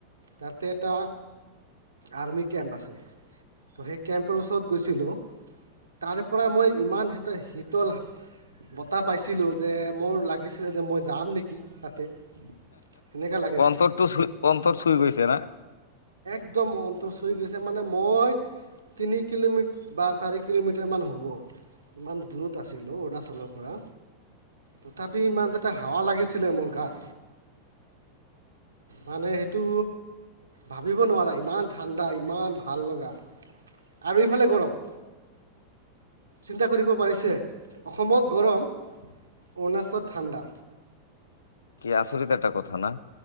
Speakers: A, on the right (about 75°); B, on the left (about 70°).
A: তাতে এটা আৰ্মি কেম্প আছে ত সেই কেম্পাৰ ওচৰত গৈছিলোঁ তাৰ পৰা মই ইমান এটা শীতল বঁটা পাইছিলোঁ যে মোৰ লাগিছিলে যে মই যাম নেকি তাতে সেনেকুৱা লাগিছিল
B: অন্তৰটো অন্তৰ চুই গৈছে না
A: একদম অন্তৰ চুই গৈছে মানে মই তিনি কিলোমিটাৰ বা চাৰি কিলোমিটাৰ মান হ'ব ইমান দূৰত আছিল অৰুণাচলৰ পৰা তথাপি ইমান যেতিয়া হাৱা লাগিছিলে মোৰ গাত মানে সেইটো ভাবিব নোৱাৰা ইমান ঠাণ্ডা ইমান ভাল লগা আৰু এইফালে গৰম চিন্তা কৰিব পাৰিছে অসমত গৰম অৰুণাচলত ঠাণ্ডা
B: কি আচৰিত এটা কথা না?